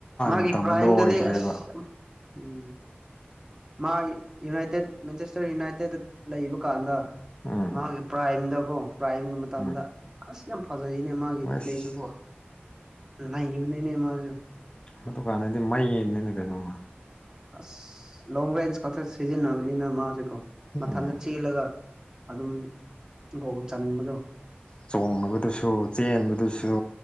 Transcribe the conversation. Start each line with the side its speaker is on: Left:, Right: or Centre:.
Right: ꯃꯥꯒꯤ
Left: ꯃꯇꯝꯗ
Right: ꯄ꯭ꯔꯥꯏꯝꯗꯗꯤ
Left: ꯂꯣꯏꯈ꯭ꯔꯦꯕ
Right: ꯑꯁ ꯎꯝ ꯃꯥ ꯌꯨꯅꯥꯏꯇꯦꯠ ꯃꯦꯟꯆꯦꯁꯇꯔ ꯌꯨꯅꯥꯏꯇꯦꯠꯇ ꯂꯩꯕ ꯀꯥꯟꯗ
Left: ꯎꯝ
Right: ꯃꯥꯒꯤ ꯄ꯭ꯔꯥꯏꯝꯗꯀꯣ ꯄ꯭ꯔꯥꯏꯝꯒꯤ ꯃꯇꯝꯗ
Left: ꯎꯝ
Right: ꯑꯁ ꯌꯥꯝ ꯐꯖꯥ ꯐꯖꯅꯦ ꯃꯥꯒꯤ
Left: ꯑꯁ
Right: ꯄ꯭ꯂꯦꯁꯨꯀꯣ ꯂꯩꯈꯤꯕꯅꯤꯅꯦ ꯃꯥꯁꯨꯦ
Left: ꯑꯗꯨꯗꯨ ꯀꯥꯟꯅꯩꯗꯤ ꯃꯩ ꯌꯦꯅꯤꯅꯦ ꯀꯩꯅꯣꯃ
Right: ꯑꯁ ꯂꯣꯡ ꯔꯦꯟꯖ ꯈꯛꯇ ꯁꯤꯖꯤꯟꯅꯕꯅꯤꯅ ꯃꯥꯁꯦꯀꯣ
Left: ꯎꯝ
Right: ꯃꯊꯟꯇ ꯆꯦꯜꯂꯒ ꯑꯗꯨꯝ ꯒꯣꯜ ꯆꯟꯕꯗꯣ
Left: ꯆꯣꯡꯉꯕꯗꯨꯁꯨ ꯆꯦꯟꯕꯗꯨꯁꯨ